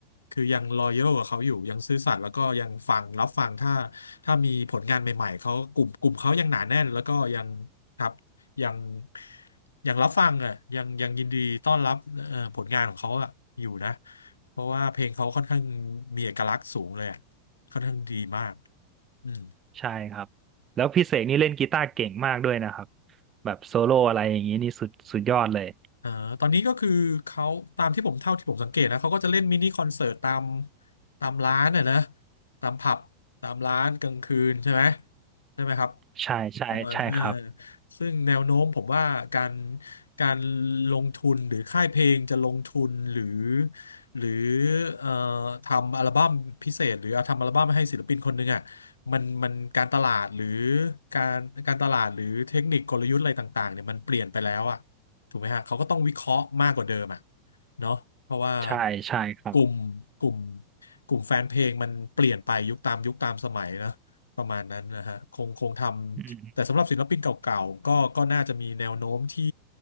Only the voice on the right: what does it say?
ใช่ครับแล้วพี่เสกนี่เล่นกีตาร์เก่งมากด้วยนะครับแบบโซโล่อะไรอย่างนี้นี่สุดสุดยอดเลย
ใช่ใช่ใช่ครับ
ใช่ใช่ครับ
อืม